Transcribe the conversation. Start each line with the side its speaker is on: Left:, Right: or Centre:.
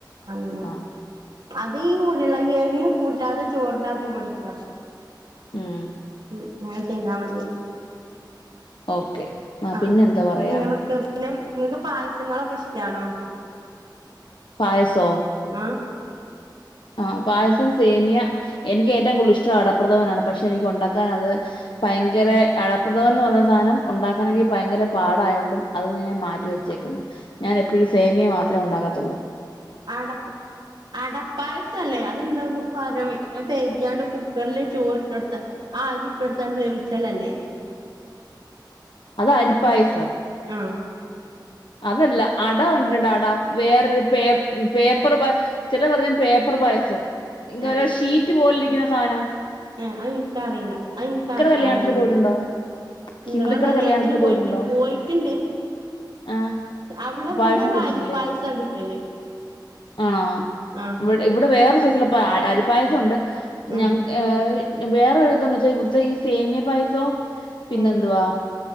Right: അങ്ങനെ.
Left: ആഹ്
Right: അതീ ഈ ഉരുളൻ കെഴങ് കൂട്ടാതെ ചോറിലാക്കി കൊടുക്ക
Left: ഉം
Right: ഉം ങ്ങനെ ചെയ്താ മതി.
Left: ഓക്കെ ആ
Right: ആഹ്
Left: പിന്നെന്താ പറയാ
Right: നിങ്ങളൊക്കെ പിന്നെ നിങ്ങക്ക് പായസങ്ങളൊക്കെ ഇഷ്ടാണോ?
Left: പായസോ?
Right: ആഹ്
Left: ആഹ് പായസം സേമിയ, എനിക്ക് ഏറ്റവും കൂടുതൽ ഇഷ്ടം അടപ്രഥമനാണ് പക്ഷേ എനിക്കൊണ്ടാക്കാനത് ഭയങ്കര അടപ്രദമൻന്ന് പറഞ്ഞ സാധനം ഒണ്ടാക്കണെങ്കി ഭയങ്കര പാടായോണ്ടും അതിങ്ങനെ മാറ്റിവെച്ചേക്കുന്നു. ഞാനെപ്പഴും സേമിയെ മാത്രേ ഒണ്ടാക്കത്തൊള്ളൂ.
Right: അടപ്പ് അടപ്പായസല്ലേ അതെന്താപ്പ പാരം കൈകിയാണ്ട് കുക്കറില് ചോറിട്ടൊടുത്ത ആ അരി ഇട്ടുകൊടുത്തോണ്ട് വേവിച്ചാലല്ലേ.
Left: അത് അരിപ്പായസം.
Right: ആഹ്
Left: അതല്ല, അട കണ്ടിട്ടുണ്ടൊ അട വേറൊരു പേ പേപ്പർ വ ചിലര് പറയും പേപ്പറ് പായസം ഇങ്ങനെ
Right: ഏഹ്
Left: ഓരോ ഷീറ്റ് പോലിരിക്കുന്ന സാനം.
Right: ഏഹ് അയെൻക്കറിയില്ല അയെൻക്ക്‌
Left: കല്യാണത്തിന്
Right: അറിയില്ല
Left: പോയിട്ടുണ്ടോ
Right: <unintelligible>
Left: ഹിന്ദുക്കളുടെ
Right: കല്യാണത്തിന് പോയിട്ടു,
Left: പോയിട്ടുണ്ടോ
Right: പോയിട്ടുണ്ട്.
Left: ആഹ്
Right: അവിടെവിടെകെ
Left: പായസം കുടിച്ചിട്ടില്ലേ
Right: അരിപ്പായസ കിട്ടല്
Left: ആണോ
Right: ആഹ്
Left: ഇവ്ടെ ഇവിടെ വേറെ സെയ്സുള്ള പാ അരിപ്പായസുണ്ട്
Right: ഉം
Left: ഞ ഏഹ് വേറെ ഇതൊന്ന് വെച്ചാ ഇവിടുത്തെ ഈ സേമിയ പായസവും പിന്നെന്തുവാ
Right: ഉം